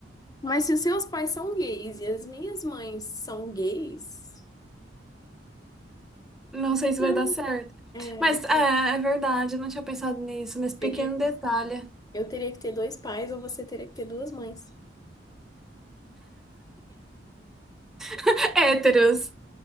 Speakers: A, on the left (about 20°); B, in the centre.
A: Mas se os seus pais são gays e as minhas mães são gays,
B: <laughs> Não sei
A: então,
B: se vai dar certo.
A: é,
B: Mas é,
A: eu
B: é verdade, eu não tinha pensado nisso, nesse pequeno
A: teria que,
B: detalhe.
A: eu teria que ter dois pais ou você teria que ter duas mães.
B: <laughs> Héteros.